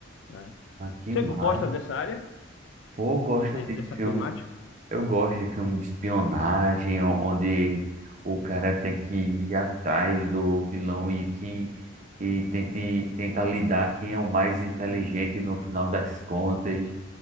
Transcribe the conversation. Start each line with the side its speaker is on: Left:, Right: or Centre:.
Left: né?
Right: ah, que
Left: Você
Right: mar.
Left: gosta dessa área,
Right: Pô, eu gosto
Left: de- de-
Right: de
Left: dessa
Right: filme.
Left: temática?
Right: Eu gosto de filme de espionagem, o- onde o cara tem que ir atrás do vilão e quem e tente, tenta lidar quem é o mais inteligente no final das contas.